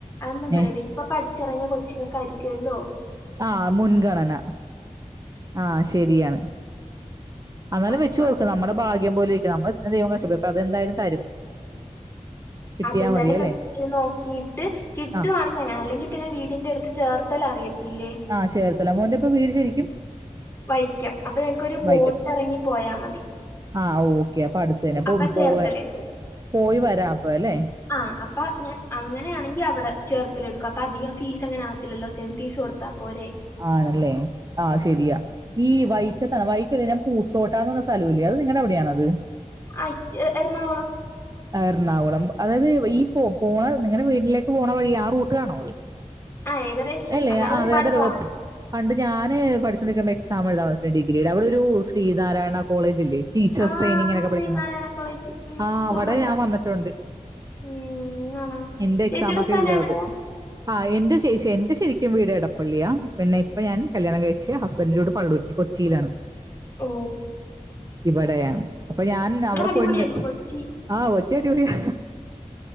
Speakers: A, on the left; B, on the right.
A: അത്ന്താന്നറിയോ
B: ഏ
A: ഇപ്പ പഠിചെറങ്ങിയ കൊച്ചിങ്ങക്ക ആയിരിക്കല്ലോ
B: ആ മുൻഗണന ആഹ് ശെരിയാണ്. അന്നാലും
A: അപ്പൊ
B: വെച്ചോക്ക്.
A: അത്
B: നമ്മടെ ഭാഗ്യം പോലിര്ക്കും. നമ്മ ഇത്ര ദൈവം കഷ്ടപെട്ത്താതെ ന്താലും തരും. കിട്ടിയാ
A: അതെന്താലും
B: മതി അല്ലേ
A: മ നോക്കിട്ട് കിട്ടുവാണെങ്കി
B: ആ
A: അങ്ങനെ. അല്ലെങ്കി പിന്നെ വീടിന്റെ അടുത്ത് ചേർത്തല അറിയത്തില്ലേ?
B: ആഹ് ചേർത്തല. മോന്റെ ഇപ്പ വീട് ശെരിക്കും?
A: വൈക്കം. അപ്പ ഞങ്ങക്കൊരു
B: വൈക്കത്ത്
A: ബോട്ട് എറങ്ങി പോയാ മതി.
B: ആ ഓക്കെ അപ്പൊ അടുത്ത് തന്നെ അപ്പൊ
A: അപ്പ ചേർത്തലേല്
B: പോവാൻ പോയി വരാം. അപ്പൊ ല്ലെ?
A: ആഹ് അപ്പ ഞാൻ അങ്ങനാണെങ്കി അവിടെ ചേർത്തല എടുക്കും. അപ്പൊ അധികം ഫീസ് അങ്ങനെ ആവത്തില്ലല്ലോ സെം ഫീസ് കൊടുത്താ മതി. പോരേ
B: ആണല്ലേ ആ ശരിയാ ഈ വൈക്കത്താണ് വൈക്കല്ല ഞാൻ പൂത്തോട്ടാന്ന് പറഞ്ഞ സ്ഥല വല്ലേ അത് നിങ്ങളടെ അവിടെയാണത്
A: ആ എറണാകുളം
B: എറണാകുളം അതായത് ഈ പോ പോണ നിങ്ങളെ വീട്ടിലേക്ക് പോകണ വഴി ആ റൂട്ട് ആണോ അത്
A: ആ ഏകദേശം
B: അല്ലേ
A: എന്നാലും
B: ആ
A: ഒരുപാട്
B: അതായത്
A: പോണം
B: രോ- പണ്ട് ഞാന് പഠിച്ചൊണ്ടിരിക്കുമ്പോ എക്സാം എഴുതൻ വന്നിട്ടുണ്ട് ഡിഗ്രിയുടെ അവിടെ ഒരു ശ്രീനാരായണ കോളേജില്ലേ ടീച്ചേഴസ്
A: ആ
B: ട്രെയിനിങ്ങിനൊക്കെ
A: ശ്രീനാരായണ
B: പഠിക്കുന്ന
A: കോളേജ് ഉം,
B: ആ
A: പൂത്തോട്ട
B: അവിടെ ഞാൻ വന്നിട്ടുണ്ട്
A: ഉം, ആണോ
B: എന്റെ
A: ചേച്ചിയുടെ
B: എക്സാമൊക്കെ
A: സ്ഥലം
B: ആക്കരുതത്
A: എവിടെയാണ്
B: ആ എന്റെ എന്റെ ശരിക്കും വീട് എടപ്പള്ളിയാ പിന്നെ ഇപ്പൊ ഞാൻ കല്യാണം കഴിച്ച് ഹസ്ബൻ്റിൻ്റെ കൂടെ പള്ളൂരത്തി കൊച്ചിയിലാണ്
A: ഓ
B: ഇവിടെയാ അപ്പൊ ഞാൻ അവിടെ
A: അടിപൊളിയല്ലേ
B: പോയിട്ടിണ്ട്
A: കൊച്ചി
B: ആ കൊച്ചി അടിപൊളിയാ